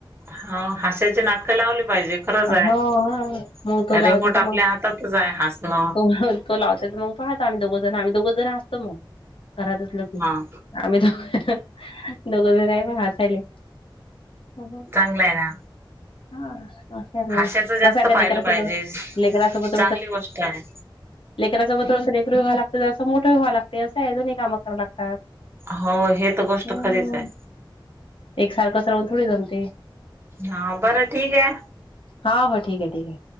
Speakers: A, on the right; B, on the left.
A: हाव हाश्याचे नाटकं लावले पाहिजे खरंच
B: हो
A: आहे.
B: हा मग तो लावतो
A: रेंमोट
B: तर
A: आपल्या
B: मग
A: हात ततच हाय हासन.
B: तो तो लावते त मग पाहतो आम्ही दोघ जण, आम्ही दोघं जण हासतो मगं घरात असलं की.
A: हा
B: आम्ही दोघ दोघं जन आहे म हासायले. हम्म हम्म
A: चांगलं आहे ना
B: हां. असय मगं
A: हास्याच जास्त
B: कसं आहे का
A: पाहिलं
B: लेकरा
A: पाहिजे
B: सोबत, लेकरा सोबत
A: चांगली गोष्ट आहे
B: लेकरा सोबत थोडंस लेकरू व्हां लागते, जरासं मोठं व्हां लागते असं आहे दोन्ही काम करां लागतात.
A: होव हे त गोष्ट
B: हम्म
A: खरीच आहे.
B: एकसारखंच रावून थोडी जमते.
A: हा बरं ठीक आहे.
B: हा हो ठीक आहे ठीक आहे.